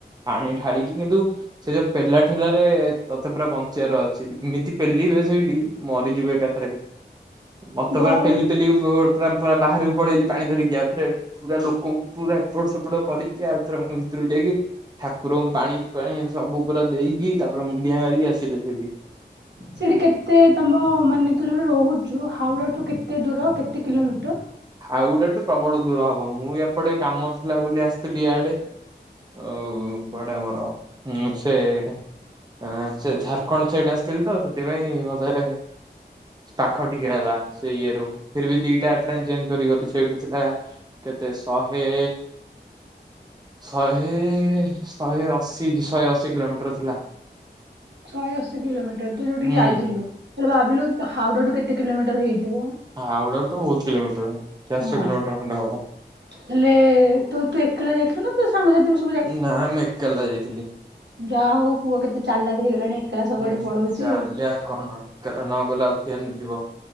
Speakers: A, on the right; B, on the right.
A: ପାଣି ଢାଳିକି କିନ୍ତୁ ସେ ଯୋଉ ପେଲା ଠେଲାରେ ତତେ ପୁରା ବଞ୍ଚିବାର ଅଛି ଏମିତି ପେଲିବେ ସେଇଠି ମରିଯିବେ ଏକାଥରେ। <unintelligible> ମତେ
B: ଗହଳି
A: ପୁରା ପେଲି ପେଲିି ପ ପୁରା ବାହାରକୁ ପଳେଇଲି ପାଣି ଧରିକି ଆଉରେ ପୁରା ଲୋକଙ୍କୁ। ପୁରା ଏପଟ ସେପଟ କରିକି ଆଉଛି। ଭିତରକୁ ଯାଇକି ଠାକୁରଙ୍କୁ ପାଣି ଫାଣି ସବୁ ପୁରା ଦେଇକି ତାପରେ ମୁଣ୍ଡିଆ ମାରିକି ଆସିଲେ ସେଇଠି।
B: ସେଠି କେତେ ତମ ମାନେ ତୁ ଯୋଉଟ ରହୁଛୁ ହାଉଡାଠୁ କେତେ ଦୂର କେତେ କିଲୋମିଟର?
A: ହାଉ ଡାଠୁ ପ୍ରବଳ ଦୂର ହବ ମୁଁ ଏପଟେ କାମ ଥିଲା ବୋଲି ଆସିଥିଲି ଇାଆଡେ। ଆଉ କୁଆଡେ ଆମରଁ ସେ ଆ ସେ ଝାାରଖଣ୍ଡ ସାଇଡ୍ ଆସିଥିଲି ତ ସେଥିପାଇଁ ମତେ ପାଖ ଟିକେ ହେଲା ସେଇ ଇଏରୁ ଫିର ବି ଦିଟା ଟ୍ରେନ୍ଞ କରି ସେଇଠୁ ଥିଲା କେତେ ଶହେ ଶହେ ଶହେ ଅଶୀ ଶହେ ଅଶୀ କିଲୋମିଟର ଥିଲା।
B: ଶହେ ଅଶୀ କିଲୋମିଟର ତୁ ଯୋଉଠିକି
A: ହୁଁ।
B: ଯାଇଥିଲୁ ତାଲେ ଭାବିଲୁ ହାଉ ଟାଠୁ କେତେ କିଲୋମିଟର ହେଇଥିବ?
A: ହାଉଡ଼ା ତ ବହୁତ କିଲୋମିଟର ଚାରିଶହ
B: ହଁ
A: କିଲୋମିଟର ଖଣ୍ଡେ ହବ।
B: ହେଲେ ତୁ ତୁ ଏକାଲା ଯାଇଥିଲୁ ନା ତୋ ସାଙ୍ଗସାଥି। ମିଶି
A: ନା ଆମେ ଏକାଲା ଯାଇଥିଲୁ।
B: ଯାହା ହଉ ପୁଅ କେତେ ଚାଲାଖ ହେଇଗଲାଣି। ଏକଲା ସବୁଆଡେ
A: ହୁଁ
B: ପଳଉଛି।
A: ଚାଲିଲ କଣ ଗଲା ନ ଗଲା ଆଉ ପଏନ ଯିବ।